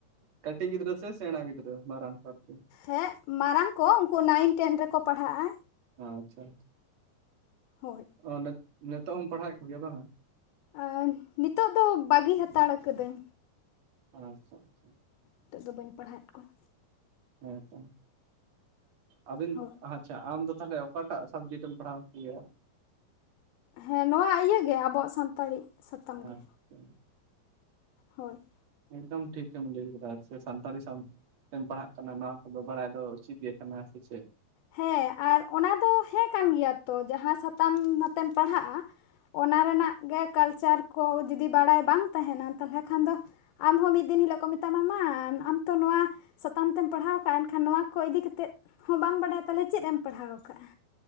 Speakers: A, on the right (about 50°); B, on the left (about 80°).
A: ᱠᱟ. ᱴᱤᱡ ᱜᱤᱫᱽᱨᱟ. ᱥᱮ ᱥᱮᱬᱟ ᱜᱤᱫᱽᱨᱟᱹ ᱢᱟᱨᱟᱝ ᱠᱚ ᱟᱨᱠᱤ?
B: ᱦᱮᱸ ᱢᱟᱨᱟᱝ ᱠᱚ ᱩᱱᱠᱩ ᱱᱟᱭᱤᱱ ᱴᱮᱱ ᱨᱮᱠᱚ ᱯᱟᱲᱦᱟᱜᱼᱟ᱾
A: ᱟᱻ ᱟᱪᱪᱷᱟ
B: ᱦᱳᱭ
A: ᱚ ᱱᱤᱛᱚᱜ ᱦᱚᱸᱢ ᱯᱟᱲᱦᱟᱣᱮᱫ ᱠᱚᱜᱮᱭᱟ ᱵᱟᱝ?
B: ᱟᱨ ᱱᱤᱛᱚᱜ ᱫᱚ ᱵᱟᱹᱜᱤ ᱦᱟᱛᱟᱲ ᱠᱟᱹᱫᱟᱹᱧ᱾
A: ᱟᱪᱪᱷᱟ ᱟᱪᱪᱷᱟ
B: ᱱᱤᱛᱚᱜ ᱫᱚ ᱵᱟ. ᱧ ᱯᱟᱲᱦᱟᱣᱮᱫ ᱠᱚᱣᱟ᱾
A: ᱦᱮᱸ ᱛᱚ ᱟᱹᱵᱤᱱ
B: ᱦᱳᱭ
A: ᱟᱪᱪᱷᱟ ᱟᱢ ᱫᱚ ᱛᱟᱦᱚᱞᱮ ᱚᱠᱟᱴᱟᱜ ᱥᱟᱵᱡᱮᱠᱴ ᱮᱢ ᱯᱟᱲᱦᱟᱣ ᱠᱚ ᱜᱮᱭᱟ?
B: ᱦᱮᱸ ᱱᱚᱣᱟ ᱤᱭᱟᱹ ᱜᱮ ᱟᱵᱚᱣᱟᱜ ᱥᱟᱱᱛᱟᱲᱤ᱾ ᱥᱟᱛᱟᱢ
A: ᱟᱪᱪᱷᱟ
B: ᱜᱮ ᱦᱳᱭ
A: ᱮᱠᱫᱚᱢ ᱴᱷᱤᱠ ᱜᱮᱢ ᱞᱟᱹᱭ ᱟᱠᱟᱫᱟ ᱥᱟᱱᱛᱟᱲᱤ ᱥᱟᱵ ᱛᱮᱢ ᱯᱟᱲᱦᱟᱜ ᱠᱟᱱᱟ ᱱᱚᱣᱟ ᱠᱚᱫᱚ ᱵᱟᱲᱟᱭ ᱫᱚ ᱩᱪᱤᱛ ᱜᱮ ᱠᱟᱱᱟ ᱥᱮ ᱪᱮᱫ?
B: ᱦᱮᱸ ᱟᱨ ᱚᱱᱟ ᱫᱚ ᱦᱮᱸ ᱠᱟᱱ ᱜᱮᱭᱟ ᱛᱚ ᱡᱟᱦᱟᱸ ᱥᱟᱛᱟᱢ ᱟᱛᱮᱢ ᱯᱟᱲᱦᱟᱜᱼᱟ ᱚᱱᱟ ᱨᱮᱱᱟᱜ ᱜᱮ ᱠᱟᱞᱪᱟᱨ ᱠᱚ ᱡᱩᱫᱤ ᱵᱟᱲᱟᱭ ᱵᱟᱝ ᱛᱟᱦᱮᱸᱱᱟ ᱛᱟᱦᱚᱞᱮ ᱠᱷᱟᱱ ᱫᱚ ᱟᱢᱦᱚᱸ ᱢᱤᱫ ᱫᱤᱱ ᱦᱤᱞᱳᱜ ᱠᱚ ᱢᱮᱛᱟᱢᱟ ᱢᱟ ᱟᱢ ᱛᱚ ᱱᱚᱣᱟ ᱥᱟᱛᱟᱢ ᱛᱮᱢ ᱯᱟᱲᱦᱟᱣ ᱠᱟᱜᱼᱟ ᱮᱱᱠᱷᱟᱱ ᱱᱚᱣᱟ ᱠᱚ ᱤᱫᱤ ᱠᱟᱛᱮᱫ ᱦᱚᱸ ᱵᱟᱢ ᱵᱟᱰᱟᱭᱟ ᱛᱟᱦᱚᱞᱮ ᱪᱮᱫ ᱮᱢ ᱯᱟᱲᱦᱟᱣ ᱠᱟᱜᱼᱟ᱾